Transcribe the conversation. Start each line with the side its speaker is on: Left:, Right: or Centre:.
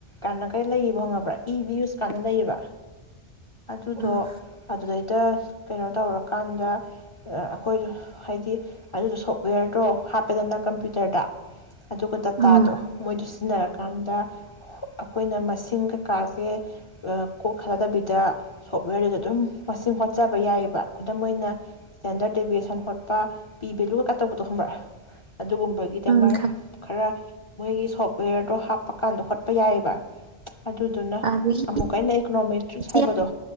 Left: ꯀꯥꯏꯅ ꯀꯩ ꯂꯩꯌꯦꯕ ꯈꯪꯉꯕ꯭ꯔꯥ ꯏ ꯚ꯭ꯌꯨꯁ ꯀꯥꯏꯅ ꯂꯩꯌꯦꯕ ꯑꯗꯨꯗꯣ
Right: ꯎꯝ
Left: ꯑꯗꯨꯗꯩꯗ ꯀꯩꯅꯣ ꯇꯧꯔꯀꯥꯟꯗ ꯑꯩꯈꯣꯏꯗ ꯍꯥꯏꯗꯤ ꯑꯗꯨꯗꯣ ꯁꯣꯞꯋꯦꯔꯗꯣ ꯍꯥꯞꯄꯦꯗꯅ ꯀꯝꯄ꯭ꯌꯨꯇꯔꯗ ꯑꯗꯨꯒ ꯗꯇꯥꯗꯣ
Right: ꯎꯝ
Left: ꯃꯣꯏꯗ ꯁꯤꯖꯤꯟꯅꯔꯀꯥꯟꯗ ꯑꯩꯈꯣꯏꯅ ꯃꯁꯤꯡ ꯀꯀꯥꯁꯦ ꯀꯣꯛꯍꯜꯂꯗꯕꯤꯗ ꯁꯣꯞꯋꯦꯔꯗꯨꯗ ꯑꯗꯨꯝ ꯃꯁꯤꯡ ꯍꯣꯠꯆꯕ ꯌꯥꯏꯑꯕ ꯈꯨꯗꯝ ꯑꯣꯏꯅ ꯏꯁꯇꯦꯟꯗꯔꯠ ꯗꯦꯕꯤꯌꯦꯁꯟ ꯍꯣꯠꯄ ꯄꯤ ꯚꯦꯂꯨꯒ ꯀ ꯇꯧꯕꯗꯣ ꯈꯨꯝꯕ꯭ꯔ ꯑꯗꯨꯒꯨꯝꯕꯒꯤꯗꯃꯛ
Right: ꯎꯝ ꯈꯪ
Left: ꯈꯔ ꯃꯣꯏꯒꯤ ꯁꯣꯐꯋꯦꯔꯗꯣ ꯍꯥꯞꯄ ꯀꯥꯟꯗ ꯍꯣꯠꯄ ꯌꯥꯏꯑꯕ ꯑꯗꯨꯗꯨꯅ
Right: ꯑꯗꯒꯤ
Left: ꯑꯃꯨꯛꯀ ꯑꯩꯅ ꯏꯀꯣꯅꯣꯃꯦꯇ꯭ꯔꯤꯛꯁ
Right: ꯏꯆꯦ
Left: ꯍꯥꯏꯕꯗꯣ